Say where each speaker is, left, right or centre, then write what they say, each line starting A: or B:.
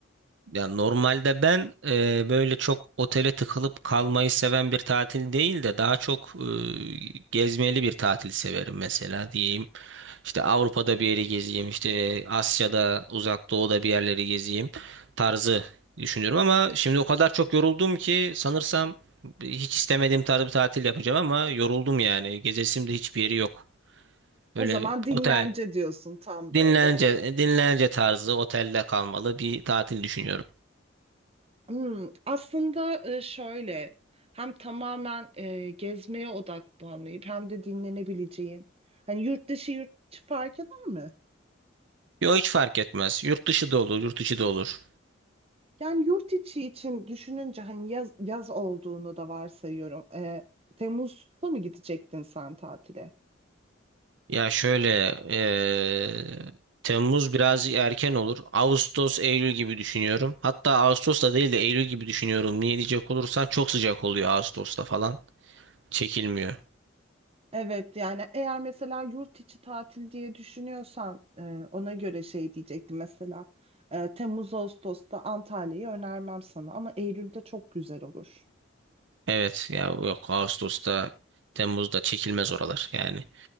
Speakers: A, on the right; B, on the right.
A: Ya normalde ben e, böyle çok otele tıkılıp kalmayı seven bir tatil değil de daha çok e, gezmeli bir tatil severim mesela diyeyim. İşte Avrupa'da bir yeri gezeyim, işte Asya'da, Uzak Doğu'da bir yerleri gezeyim tarzı düşünüyorum ama şimdi o kadar çok yoruldum ki sanırsam hiç istemediğim tarz bir tatil yapacağım ama yoruldum yani. Gezesim de hiçbir yeri yok.
B: O
A: Böyle
B: zaman dinlence
A: otel,
B: diyorsun tam
A: dinlence,
B: böyle.
A: dinlence tarzı otelde kalmalı bir tatil düşünüyorum.
B: Hmm, aslında e, şöyle hem tamamen e, gezmeye odaklanmayıp hem de dinlenebileceğin hani yurt dışı yurt içi fark eder mi?
A: Yo hiç fark etmez. Yurt dışı da olur, yurt içi de olur.
B: Yani yurt içi için düşününce hani yaz, yaz olduğunu da varsayıyorum. E, Temmuz'da mı gidecektin sen tatile?
A: Ya şöyle eee, Temmuz biraz erken olur. Ağustos, Eylül gibi düşünüyorum. Hatta Ağustos da değil de Eylül gibi düşünüyorum. Niye diyecek olursan çok sıcak oluyor Ağustos'ta falan. Çekilmiyor.
B: Evet yani eğer mesela yurt içi tatil diye düşünüyorsan e, ona göre şey diyecektim mesela e, Temmuz Ağustos'ta Antalya'yı önermem sana ama Eylül'de çok güzel olur.
A: Evet ya yok Ağustos'ta Temmuz'da çekilmez oralar yani.